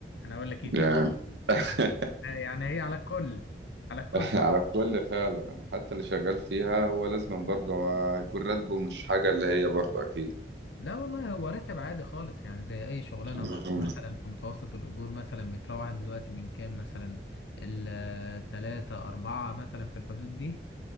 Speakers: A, on the left; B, on the right.
A: أنا أقول لك إيه
B: يعني
A: تاني؟
B: <laughs>
A: يعني هي على الكل على الكل
B: على
A: والله
B: الكل فعلا حتى اللي شغال فيها هو لازم برضه هو هيكون راتبه مش حاجة اللي هي برضه أكيد
A: لا والله هو راتب عادي خالص يعني زي أي شغلانة
B: مم.
A: بره مثلا في متوسط الأجور مثلا بيتراوح دلوقتي من كام مثلا التلاتة أربعة مثلا في الحدود دي